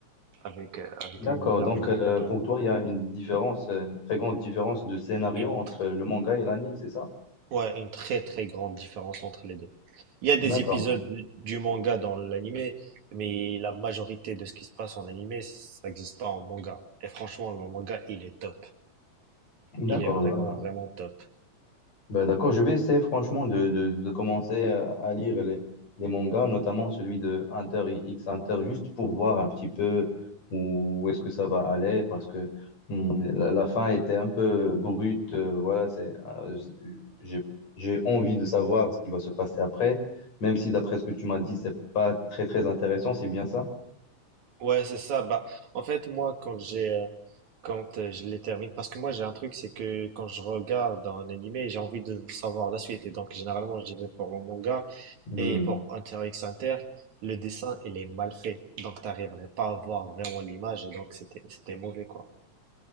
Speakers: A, on the right; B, on the left.
A: avec, euh, avec
B: D'accord,
A: l'univers
B: donc
A: de Boruto.
B: euh, pour toi, il y a une différence, euh, une très grande différence de scénario
A: Et
B: entre le manga et l'anime, c'est ça?
A: Ouais, une très très grande différence entre les deux. Il y a des
B: D'accord,
A: épisodes du manga dans l'anime, mais la majorité de ce qui se passe en anime, ça n'existe pas en manga. Et franchement, le manga, il est top.
B: d'accord,
A: Il est vraiment
B: bah,
A: vraiment top.
B: bah, d'accord. Je vais essayer franchement de, de, de commencer à à lire les, les mangas, notamment celui de Hunter X Hunter, juste pour voir un petit peu où, où est-ce que ça va aller, parce que hmm, la, la fin était un peu brute. euh, voilà, c'est, euh, j'ai, j'ai envie de savoir ce qui va se passer après, même si d'après ce que tu m'as dit, c'est pas très très intéressant, c'est bien ça?
A: Ouais, c'est ça. Bah, en fait, moi, quand j'ai, euh, quand euh, je les termine, parce que moi, j'ai un truc, c'est que quand je regarde un animé, j'ai envie de savoir la suite. Et donc, généralement, j'y vais pour le manga
B: Hmm.
A: et pour Hunter x Hunter, le dessin, il est mal fait. Donc, t'arriverais pas à voir vraiment l'image. Et donc, c'était, c'était mauvais, quoi.